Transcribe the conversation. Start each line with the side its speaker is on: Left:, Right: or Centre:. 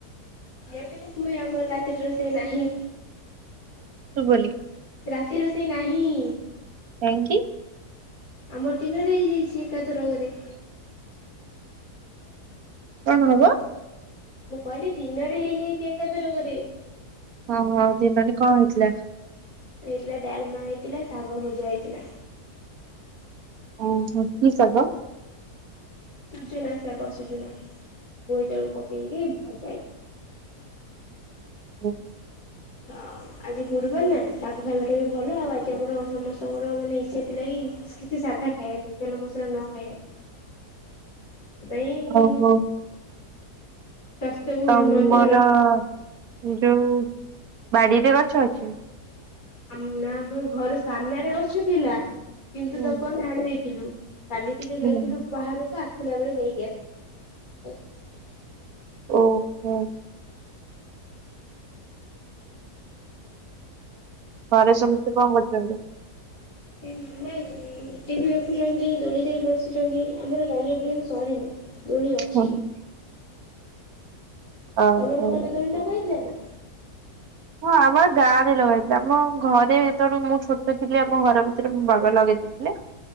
Left: ଯେମିତି ମୁଁ କୁହେ ଆମର ରାତିରେ ରୋଷେଇ ନାହିଁ।
Right: ଶୁଭୁନି
Left: ରାତି ରୋଷେଇ ନାହିଁ।
Right: କାହିଁକି?
Left: ଆମର ଦିନରେ ହେଇଯାଇଚି ଏକାଥରକରେ।
Right: କଣ ହବ?
Left: ମୁଁ କହିଲି ଦିନରେ ହେଇଯାଇଚି ଏକାଥରକରେ।
Right: ହଁ ହଁ ଦିନରେ କଣ ହେଇଥିଲା?
Left: ହେଇଥିଲା ଡାଲମା ହେଇଥିଲା ଶାଗ ଭଜା ହେଇଥିଲା।
Right: ଓ ହୋ କି ଶାଗ?
Left: ସୁଜନା ସାଗ ସୁଜନା। ବୋଇତାଳୁ ପକେଇକି ଭଜା ହେଇ
Right: ହୁଁ।
Left: ଆଉ ଆଜି ଗୁରୁବାର ନା ଶାଗ ଖାଇବାଟା ବି ଭଲ ଆଉ ଆଜି ଆମର ସମସ୍ତଙ୍କର ମାନେ ଇଚ୍ଛା ଥିଲା କି କିଛି ସାଧା ଖାଇବା ପାଇଁ ତେଲ ମସଲା ନ ଖାଇବା ପାଇଁ। ଥିପାଇଁ ଉଁ
Right: ଓହୋ
Left: ଇସ୍ ସାସ୍ଥ୍ୟକୁ
Right: ତମର
Left: ହୁ ନଜରରେ ରଖି
Right: ଯୋଉ ବାଡ଼ିରେ ଗଛ ଅଛି?
Left: ଆମ୍ ନାଁ ମୋ ଘର ସାମ୍ନାରେ ଗଛ ଥିଲା। କିନ୍ତୁ
Right: ହୁଁ
Left: ତାକୁ ଆମେ ହାଣି ଦେଇଥିଲୁ। କାଲି ଟିକେ ଯାଇଥିଲୁ
Right: ହୁଁ
Left: ବାହାରୁକୁ ଆ ଥିଲା ବେଳେ ନେଇକି ଆସ୍ <inaudible>
Right: ଓ ହୋ।
Left: ଙ
Right: ଘରେ ସମସ୍ତେ କଣ କରୁଚନ୍ତି?
Left: ଏଇ ମ୍ବା ଉଁ ଟିଭି ଦେଖୁଚନ୍ତି ଦୋଳିରୋଇ ବସିଛନ୍ତି ଆମର ରଜ ଏପର୍ଯ୍ୟନ୍ତ ସରିନି। ଦୋଳି ଅଛି।
Right: ହୁଁ ହୁଁ। ଓହୋ।
Left: ତମର ଘରେ ଦୋଳି ଲଗାହେଇଥିଲା ନାଁ?
Right: ହଁ ଆମ ଆ ଗାଁରେ ଲଗାହେଇଥିଲା ଆମ ଘରେ ଯେତେଲ ମୁଁ ଛୋଟ ଥିଲି ଆମ ଘର ଭିତରେ ମୋ ବାବା ଲଗେଇ ଦେଗେଇଥିଲେ